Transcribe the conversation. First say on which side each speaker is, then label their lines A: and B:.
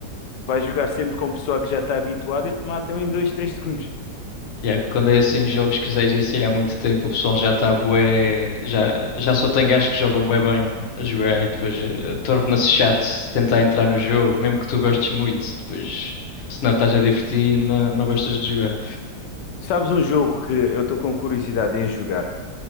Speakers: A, on the left; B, on the left.
A: vais jogar sempre com o pessoal que já está habituado e te matam em dois, três segundos.
B: Yeah, quando é assim jogos que já existem há muito tempo, o pessoal já está bué, já, já só tem gajos que jogam bué bem a jogar e depois eh, torna-se chato tentar entrar no jogo, mesmo que tu gostes muito, depois se não estás a divertir, não, não gostas de jogar.
A: Sabes um jogo que eu estou com curiosidade em jogar?